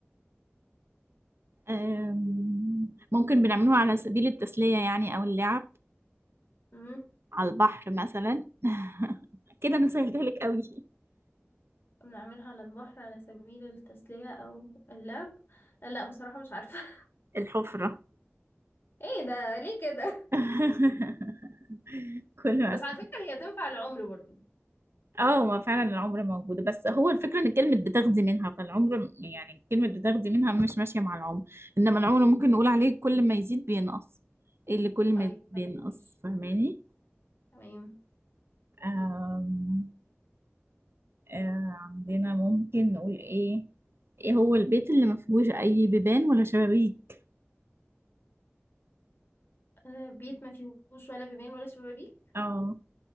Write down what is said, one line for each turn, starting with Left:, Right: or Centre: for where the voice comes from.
Right: أمم، ممكن بنعملوها على سبيل التسلية يعني او اللعب
Left: كده
Right: على البحر مثلا <laughs> كده انا سهلتها لك قوي
Left: بنعملها على البحر على سبيل التسلية أو اللعب لا بصراحة مش عارفة <laughs>
Right: الحفرة
Left: ايه ده ليه كده
Right: <laughs> كل ما
Left: بس على فكرة هي تنفع العمر برضو
Right: اه ما فعلا العمر موجودة بس هو الفكرة ان كلمة بتاخدي منها فالعمر م- يعني كلمة بتاخدي منها مش ماشية مع العمر انما العمر ممكن نقول عليه كل ما يزيد بينقص إيه اللي كل ما
Left: طيب
Right: يزيد بينقص
Left: تمام ماشي
Right: فاهماني
Left: تمام
Right: آم، آه عندنا ممكن نقول ايه ايه هو البيت اللي ما فيهوش اي بيبان ولا شبابيك
Left: آه بيت ما فيهوش ولا بيبان ولا شبابيك
Right: اه